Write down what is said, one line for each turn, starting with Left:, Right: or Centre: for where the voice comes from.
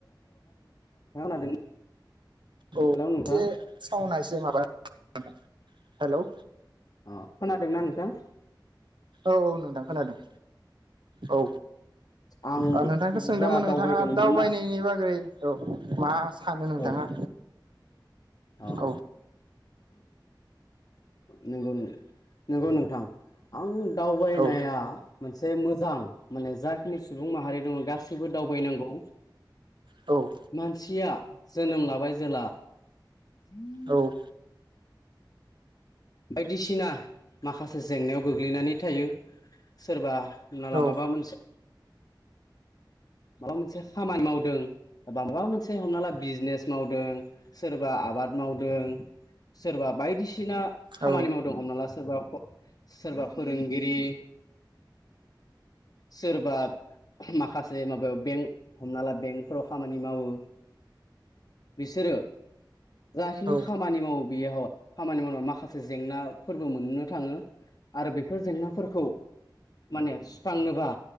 Left: <unintelligible>
Right: औ
Left: नोंथाङा खोनादों हेलौ नोंथां
Right: से सावना एसे माबा <unintelligible> हेलौ
Left: अ खोनादोंना नोंथां?
Right: औ औ नोंथां खोनादों। औ
Left: आं
Right: ओ नोंथांखौ सोंदोंमोन
Left: जा
Right: नोंथाङा
Left: दावबायदोंमोन
Right: दावबायनायनि
Left: ना
Right: बागै औ मा सानो नोंथाङा?
Left: औ अ
Right: औ
Left: नंगौ <unintelligible> नंगौ नोंथां आं दावबायनाया
Right: औ
Left: मोनसे मोजां माने जाखिनि सुबुं माहारि दङ गासैबो दावबायनांगौ
Right: औ
Left: मानसिया जोनोम लाबाय जेला <inaudible>
Right: औ
Left: बायदिसिना माखासे जेंनायाव गोग्लैनानै थायो सोरबा होननाला
Right: औ
Left: माबा मोनसे माबा मोनसे खामानि मावदों बा माबा मोनसे हमना ला बिजनेस मावदों सोरबा आबाद मावदों सोरबा बायदिसिना खामानि
Right: औ
Left: माव दं हमना ला सोरबा <unintelligible> सोरबा फोरोंगिरि सोरबा माखासे माबायाव बेंक हमना ला बेंकफोराव खामानि मावो बिसोरो जाखिनि
Right: औ
Left: खामानि मावो बेयाव खामानि मावनाय माखासे जेंनाफोरबो मोननो थाङो आरो बेफोर जेंनाफोरखौ माने सुस्रांनोबा